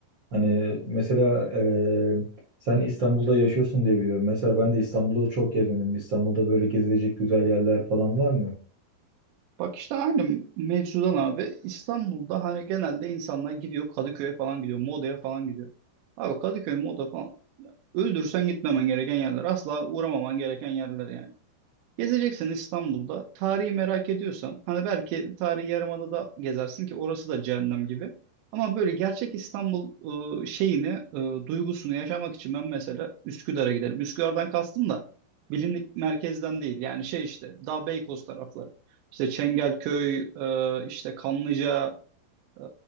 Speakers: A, on the right (about 60°); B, on the right (about 90°).
A: Hani mesela eee, sen İstanbul'da yaşıyorsun diye biliyorum. Mesela ben de İstanbul'u çok gezmedim. İstanbul'da böyle gezilecek güzel yerler falan var mı?
B: Bak işte aynı mevzudan abi. İstanbul'da hani genelde insanlar gidiyor Kadıköy'e falan gidiyor. Moda'ya falan gidiyor. Abi Kadıköy, Moda falan öldürsen gitmemen gereken yerler. Asla uğramaman gereken yerler yani. Gezeceksen İstanbul'da tarihi merak ediyorsan hani belki tarihi Yarımada'da gezersin ki orası da cehennem gibi. Ama böyle gerçek İstanbul e, şeyini, e, duygusunu yaşamak için ben mesela Üsküdar'a giderim. Üsküdar'dan kastım da bilindik merkezden değil. Yani şey işte daha Beykoz tarafları. İşte Çengelköy, e, işte Kanlıca, ee,